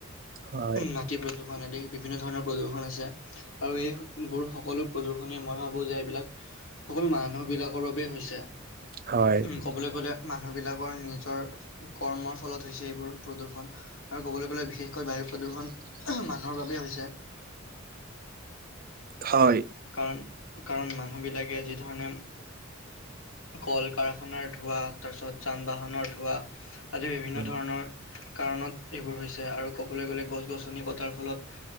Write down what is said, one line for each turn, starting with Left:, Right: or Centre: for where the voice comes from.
Right: হয়,
Left: মাটি প্ৰদূষ আদি বিভিন্ন ধৰণৰ প্ৰদূ্ষন আছে আৰু এইবোৰ সকলো প্ৰদূ্ষণে মই ভাবো যে এইবিলাক সকলো মানুহ বিলাকৰ বাবেই হৈছে।
Right: হয়।
Left: উম', ক'বলৈ গলে- মানুহবিলাকৰ নিজৰ কৰ্মৰ ফলত হৈছে এইবোৰ প্ৰদূষণ। আৰু ক'বলৈ গ'লে বিশেষকৈ বায়ু প্ৰদূষণ মানুহৰ বাবেই হৈছে।
Right: হয়।
Left: কাৰণ-কাৰণ মানুহবিলাকে যি ধৰণে কল-কাৰখানাৰ ধোঁৱা তাৰ পিছত যান বাহনৰ ধোঁৱা আদি বিভিন্ন
Right: উম,
Left: ধৰণৰ কাৰণত এইবোৰ হৈছে আৰু ক'বলৈ গ'লে গছ-গছনি কটাৰ ফলত